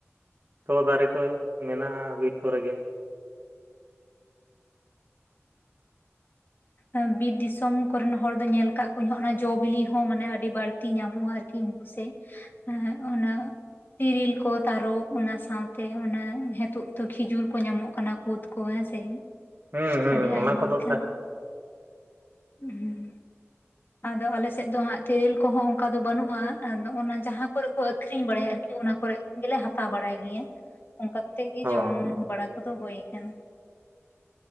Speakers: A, on the right; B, on the left.
A: ᱥᱚ ᱫᱟᱨᱮ ᱠᱚ ᱢᱮᱱᱟᱜᱼᱟ ᱵᱤᱨ ᱠᱚᱨᱮ ᱜᱮ᱾
B: ᱮᱸ ᱵᱤᱨ ᱫᱤᱥᱚᱢ ᱠᱚᱨᱮᱱ ᱦᱚᱲ ᱫᱚ ᱧᱮᱞ ᱠᱟᱜ ᱠᱚᱣᱟᱧ ᱦᱚᱜᱱᱟ ᱡᱚᱼᱵᱤᱞᱤ ᱦᱚᱸ ᱢᱟᱱᱮ ᱟᱹᱰᱤ ᱵᱟᱹᱲᱛᱤ ᱧᱟᱢᱚᱜᱼᱟ ᱟᱨᱠᱤ᱾ ᱩᱥᱮ ᱮ ᱚᱱᱟ ᱛᱤᱨᱤᱞ ᱠᱚ ᱛᱟᱨᱚᱵ ᱚᱱᱟ ᱥᱟᱶᱛᱮ ᱚᱱᱟ ᱦᱮᱛᱳᱜ ᱛᱚ ᱠᱷᱤᱡᱩᱨ ᱠᱚ ᱧᱟᱢᱚᱜ ᱠᱟᱱᱟ, ᱠᱩᱫ ᱠᱚ ᱦᱮᱸ ᱥᱮ,
A: ᱦᱩᱸ ᱦᱩᱸ
B: ᱟᱹᱰᱤ
A: ᱚᱱᱟ
B: ᱟᱭᱢᱟ
A: ᱠᱚᱫᱚ
B: ᱞᱤᱠᱷᱟᱱ᱾ ᱦᱩᱸ, ᱟᱫᱚ ᱟᱞᱮᱥᱮᱫ ᱫᱚ ᱦᱟᱸᱜ ᱛᱮᱨᱮᱞ ᱠᱚᱦᱚᱸ ᱚᱱᱠᱟ ᱫᱚ ᱵᱟᱹᱱᱩᱜᱼᱟ ᱟᱫᱚ ᱚᱱᱟ ᱡᱟᱸᱦᱟ ᱠᱚᱨᱮ ᱠᱚ ᱟᱹᱠᱷᱨᱤᱧ ᱵᱟᱲᱟᱭᱟ ᱟᱨᱠᱤ ᱚᱱᱟ ᱠᱚᱨᱮ ᱜᱮᱞᱮ ᱦᱟᱛᱟᱣ ᱵᱟᱲᱟᱭ ᱜᱤᱭᱟ᱾
A: <unintelligible>
B: ᱚᱝᱠᱟ ᱠᱟᱛᱮᱜ ᱜᱤ
A: ᱦᱳᱭ
B: ᱡᱚᱢ ᱵᱟᱲᱟ ᱠᱚᱫᱚ ᱦᱳᱭ ᱠᱟᱱᱟ᱾